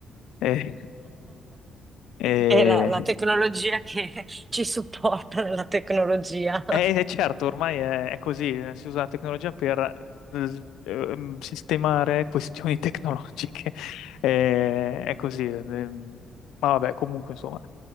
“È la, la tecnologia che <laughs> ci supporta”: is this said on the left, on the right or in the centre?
Right